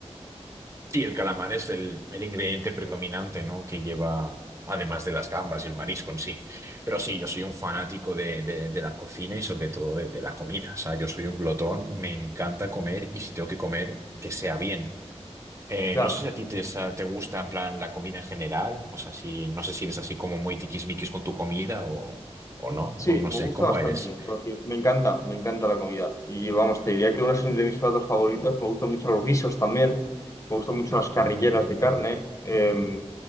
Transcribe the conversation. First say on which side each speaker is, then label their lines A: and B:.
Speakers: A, on the right; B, on the left.
A: sí, el calamar es el, el ingrediente predominante, ¿no? Que lleva, además de las gambas y el marisco en sí. Pero sí, yo soy un fanático de, de- de la cocina y sobre todo de, de la comida. O sea, yo soy un glotón, me encanta comer y si tengo que comer, que sea bien. Eh,
B: Claro,
A: no sé si a ti te, sa- te gusta en plan la comida en general, o sea, si, no sé si eres así como muy tiquismiquis con tu comida o, o no,
B: sí,
A: no, no
B: me
A: sé,
B: gusta
A: ¿cómo
B: bastante.
A: eres?
B: co- Me encanta, me encanta la comida. Y vamos, te diría que uno es de mis platos favoritos, me gustan mucho los guisos también, me gustan mucho las carrilleras de carne, em,